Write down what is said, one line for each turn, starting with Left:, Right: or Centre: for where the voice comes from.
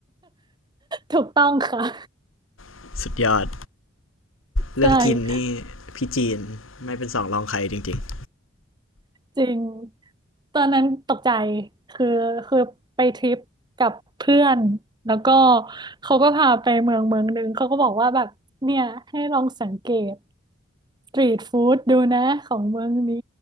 Right: ถูกต้องค่ะ <laughs>
Left: <laughs> สุดยอดเรื่องกินนี่พี่จีนไม่เป็นสองรองใครจริงๆ
Right: ใช่ จริงตอนนั้นตกใจคือคือไปทริปกับเพื่อนแล้วก็เขาก็พาไปเมืองเมืองหนึ่งเขาก็บอกว่าแบบเนี่ยให้ลองสังเกตสตรีทฟู้ดดูนะของเมืองนี้